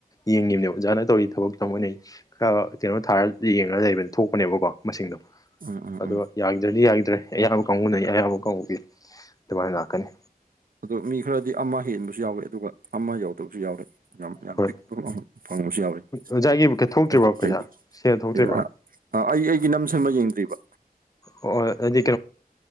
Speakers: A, on the left (about 25°); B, on the right (about 65°).
A: ꯌꯦꯡꯉꯤꯃꯤꯅꯦ ꯑꯣꯖꯥꯅ ꯇꯧꯔꯤ ꯊꯕꯛ ꯊꯃꯣꯏꯅ ꯈ ꯀꯩꯅꯣ ꯊꯥꯔ ꯌꯦꯡꯉꯒ ꯂꯩꯕꯅꯤ ꯊꯣꯛꯄꯅꯦꯕꯀꯣ ꯃꯁꯤꯡꯗꯣ
B: ꯎꯝ ꯎꯝ
A: ꯑꯗꯨꯒ
B: ꯎꯝ
A: ꯌꯥꯒꯤꯗ꯭ꯔꯗꯤ ꯌꯥꯒꯤꯗ꯭ꯔꯦ ꯑꯌꯥꯕ ꯀꯥꯡꯕꯨꯅ ꯑꯌꯥꯕ ꯀꯥꯡꯕꯨꯒꯤ ꯑꯗꯨꯃꯥꯏꯅ ꯂꯥꯛꯀꯅꯤ
B: ꯑꯗꯣ ꯃꯤ ꯈꯔꯗꯤ ꯑꯃ ꯍꯦꯟꯕꯁꯨ ꯌꯥꯎꯋꯦ ꯑꯗꯨꯒ ꯑꯃ ꯌꯥꯎꯗꯕꯁꯨ ꯌꯥꯎꯋꯦ ꯌꯥꯝ ꯌꯥꯝ
A: ꯍꯣꯏ
B: ꯄꯤꯛꯄ ꯐꯪꯕꯁꯨ ꯌꯥꯎꯋꯦ
A: ꯑꯣꯖꯥꯒꯤ ꯊꯣꯛꯇ꯭ꯔꯤꯕꯣ
B: ꯐꯦꯁꯕꯨꯛꯇꯩ
A: ꯄꯩꯁꯥ
B: ꯑꯩ
A: ꯁꯦꯜ ꯊꯣꯛꯇ꯭ꯔꯤꯕ꯭ꯔꯣ
B: ꯑ ꯑꯩꯒꯤ ꯅꯝꯁꯤꯟꯕ ꯌꯦꯡꯗꯔꯤꯕ
A: ꯑꯣ ꯑꯩꯗꯤ